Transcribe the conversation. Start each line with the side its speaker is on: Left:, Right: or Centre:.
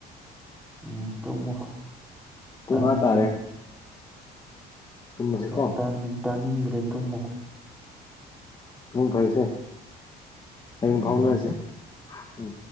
Centre: ꯎꯝ ꯆꯨꯝꯃꯨ
Left: ꯄꯨꯡ
Centre: ꯇꯥꯅꯤꯡꯗ꯭ꯔꯦ
Left: ꯑꯥ ꯇꯥꯔꯦ ꯇꯨꯝꯃꯁꯤꯀꯣ
Centre: ꯇ ꯇ ꯇꯅꯤ ꯏꯒ꯭ꯔꯦꯖ ꯇꯨꯝꯃꯨ
Left: ꯃꯛ ꯐꯕꯤꯁꯦ ꯍꯌꯦꯡ
Centre: ꯎꯝ
Left: ꯐꯥꯎꯅꯔꯁꯦ ꯎꯝ